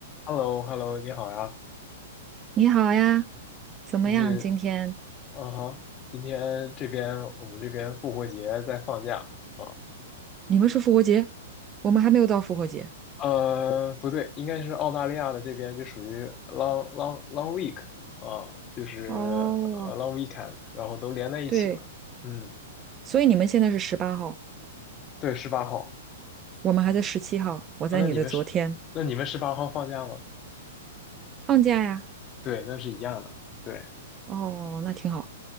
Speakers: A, on the left; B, on the right.
A: h e l l o h e l l o 你好呀！
B: 你好呀，怎么样？
A: 最近，
B: 今天
A: 嗯哈，今天这边我们这边复活节在放假啊，
B: 你们是复活节，我们还没有到复活节。
A: 呃，不对，应该是澳大利亚的这边就属于 long long long week 啊，就是呃
B: 哦，
A: long weekend，然后都连在一起了。
B: 对，
A: 嗯，
B: 所以你们现在是十八号，
A: 对，十八号
B: 我们还在十七号。我在你的昨天
A: 啊，那你们是那你们十八号放假吗？
B: 放假呀。
A: 对，那是一样的，对，
B: 哦，那挺好。